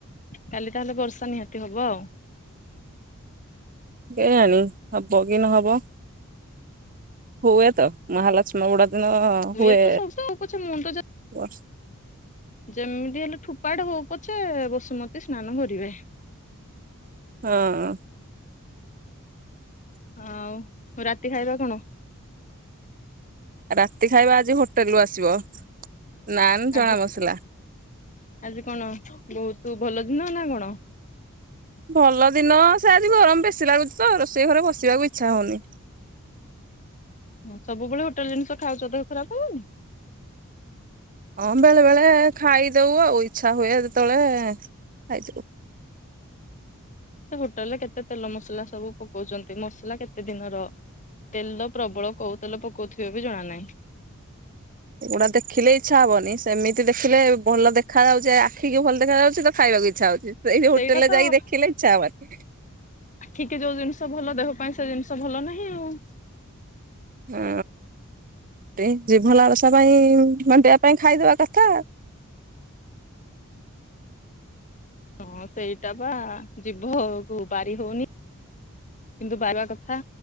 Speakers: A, on the left; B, on the right.
A: କାଲି ତାହେଲେ ବର୍ଷା ନିହାତି ହବ ଆଉ।
B: କେଆଣି ହବ କି ନହବ? ହୁଏ ତ ମହାଲକ୍ଷ୍ମୀ ବୋଡା ଦିନ।
A: ହୁଏତ
B: ହୁଏ।
A: <unintelligible>
B: <unintelligible>
A: ଯେମିତି ହେଲେ ଠୁପାଟେ ହଉ ପଛେ ବସୁମତୀ ସ୍ନାନ କରିବେ।
B: ହଁ।
A: ଆଉ ରାତି ଖାଇବା କଣ?
B: ରାତି ଖାଇବା ଆଜି ହୋଟେଲୁ ଆସିବ ନାନ ଚଣା
A: ଆଜି
B: ମସଲା।
A: ଆଜି କଣ ବହୁତୁ ଭଲ ଦିନ ନା କଣ।
B: ଭଲ ଦିନ ସେ ଆଜି ଗରମ ବେଶୀ ଲାଗୁଚି ତ ରୋଷେଇ ଘରେ ବସିବାକୁ ଇଚ୍ଛା ହଉନି।
A: ହଁ ସବୁବେଳେ ହୋଟେଲ ଜିନ୍‌ଷ ଖାଉଚ ଦେହ ଖରାପ ହବନି।
B: ହଁ ବେଳେ ବେଳେ ଖାଇଦୋଉ ଆଉ ଇଚ୍ଛା ହୁଏ ଯେତେବେଳେ ଖାଇଦୋଉ।
A: ସେ ହୋଟେଲ ରେ କେତେ ତେଲ ମସଲା ସବୁ ପକଉଚନ୍ତି ମସଲା କେତେ ଦିନର। ତେଲ ପ୍ରବଳ କୋଉ ତେଲ ପକଉଥିବେ ବି ଜଣା ନାହିଁ।
B: ଏଗୁଡା ଦେଖିଲେ ଇଚ୍ଛା ହବନି ସେମିତି ଦେଖିଲେ ଭଲ ଦେଖା ଯାଉଚି ଆଖିକି ଭଲ ଦେଖା ଯାଉଚି ତ ଖାଇବାକୁ ଇଛା ହଉଚି ସେଇ ହୋଟଲ
A: ସେଇଟା ତ
B: ରେ ଯାଇକି ଦେଖିଲେ ଇଛା ହବନି।
A: ଆଖିକି ଯୋଉ ଜିନିଷ ଭଲ ଦେହ ପାଇଁ ସେ ଜିନିଷ ଭଲ ନାହିଁ ଆଉ।
B: ହ ଏଇ ଜିଭଲାଳସା ପାଇଁ ମଣ୍ଡିିବା ପାଇଁ ଖାଇଦବା କଥା।
A: ହଁ ସେଇଟା ବା ଜିଭକୁ ବାରି ହଉନି। କିନ୍ତୁ ବାରବା କଥା।